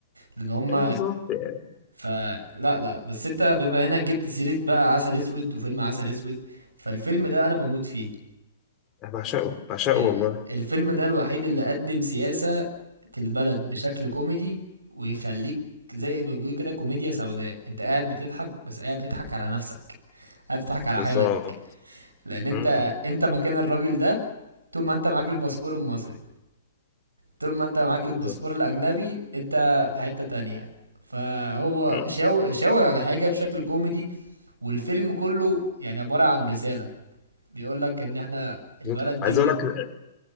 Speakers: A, on the right; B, on the left.
A: لان هم
B: ايوه بالظبط يعني.
A: فلا لا لا، بس انت بما انك جبت سيره بقى عسل اسود وفيلم عسل اسود فالفيلم ده انا بموت فيه
B: أنا بعشقه بعشقه
A: ال-
B: والله
A: الفيلم ده الوحيد اللي قدم سياسة البلد بشكل كوميدي ويخليك زي ما بيقولوا كده كوميديا سوداء انت قاعد بتضحك بس قاعد بتضحك على نفسك قاعد بتضحك على
B: بالظبط
A: حالك لان انت
B: م- م.
A: انت مكان الراجل ده طول ما انت معاك الباسبور المصري طول ما انت معاك
B: بالظبط
A: الباسبور الاجنبي انت في حتة تانية فهو
B: م.
A: شاو- شاور على حاجة بشكل كوميدي والفيلم كله يعني عبارة عن رسالة بيقولك ان احنا البلد
B: بالظبط. عايز
A: دي
B: اقول لك